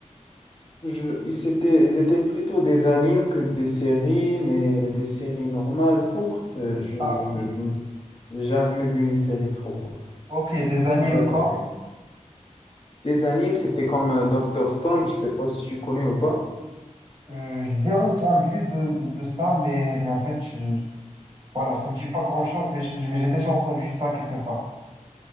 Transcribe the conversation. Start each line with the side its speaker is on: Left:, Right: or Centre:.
Left: je, ils s'étaient- ils étaient plutôt des animes que des séries, mais des séries normales, courtes. euh, Je,
Right: Ah,
Left: je,
Right: ok.
Left: je n'ai jamais vu une série trop courte.
Right: Ok, des animes
Left: Ah bah,
Right: comme...
Left: non. Des animes, c'était comme euh, Dr. Stone, je sais pas si tu connais ou pas.
Right: Euh, j'ai entendu de, de, de ça, mais, mais en fait, je- voilà, ça me dit pas grand-chose, mais j'ai mais j'ai déjà entendu ça quelque part.